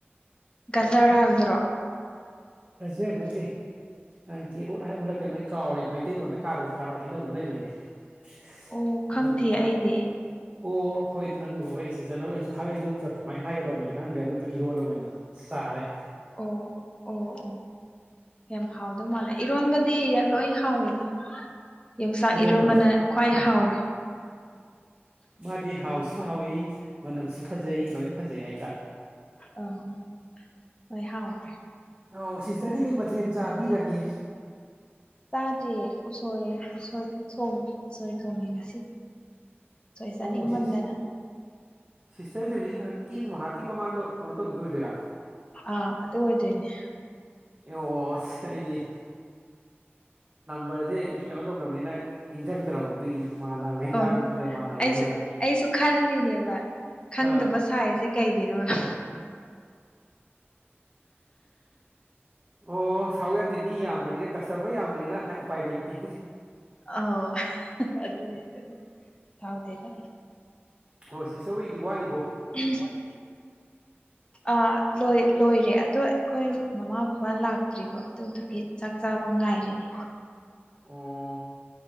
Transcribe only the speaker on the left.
ꯒꯖꯔ ꯍꯥꯏꯕꯗꯨꯔꫭ
ꯑꯣ ꯈꯪꯗꯦ ꯑꯩꯗꯤ
ꯑꯣ ꯑꯣ ꯌꯥꯝ ꯍꯥꯎꯗꯧ ꯃꯥꯜꯂꯦ ꯏꯔꯣꯟꯕꯗꯤ ꯂꯣꯏ ꯍꯥꯎꯋꯦꯗꯥ ꯌꯣꯡꯆꯥꯛ
ꯏꯔꯣꯜꯕꯅ ꯈ꯭ꯋꯥꯏ ꯍꯥꯎꯔꯦ
ꯑꯥꯎ ꯂꯣꯏ ꯍꯥꯎꯋꯦ
ꯆꯥꯗꯔꯤꯌꯦ ꯎꯁꯣꯏ ꯎꯁꯣꯏ ꯎꯁꯣꯏ ꯊꯣꯡꯉꯦ ꯉꯁꯤ ꯆꯥꯅꯤꯡꯃꯟꯗꯥꯅꯥ
ꯑꯥ ꯑꯗꯨ ꯑꯣꯏꯗꯣꯏꯅꯦ
ꯑꯣ
ꯑꯩꯁꯨ ꯑꯩꯁꯨ ꯈꯜꯂꯤꯅꯦꯕ ꯈꯪꯗꯕ
ꯁꯥꯏꯁꯦ ꯀꯩꯒꯤꯅꯣꯅ
ꯑꯥꯎ ꯑꯗꯨꯅꯦ ꯑꯗꯨꯅꯦ ꯁꯥꯎꯗꯦꯗ
<unintelligible> ꯑꯥ ꯂꯣꯏ ꯂꯣꯏꯔꯦ ꯑꯗꯣ ꯑꯩꯈꯣꯏ ꯃꯃꯥ ꯕꯕꯥ ꯂꯥꯛꯇ꯭ꯔꯤꯕꯥ ꯑꯗꯨꯗꯨꯒꯤ ꯆꯥꯛ ꯆꯥꯕ ꯉꯥꯏꯔꯤꯅꯦ